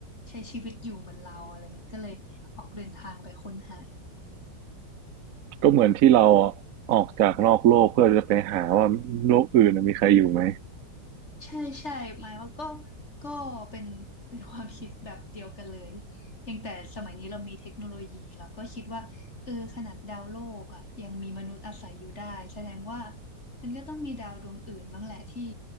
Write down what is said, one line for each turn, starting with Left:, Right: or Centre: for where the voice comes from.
Left: ใช้ชีวิตอยู่เหมือนเราอะไรเงี้ยก็เลยออกเดินทางไปค้นหา
Right: ก็เหมือนที่เราออกจากนอกโลกเพื่อจะไปหาว่าโลกอื่นน่ะมีใครอยู่ไหม
Left: ใช่ใช่หมายว่าก็ก็เป็นเป็นความคิดแบบเดียวกันเลยเพียงแต่สมัยนี้เรามีเทคโนโลยีเราก็คิดว่าเออขนาดดาวโลกอ่ะยังมีมนุษย์อาศัยอยู่ได้แสดงว่ามันก็ต้องมีดาวดวงอื่นบ้างแหละที่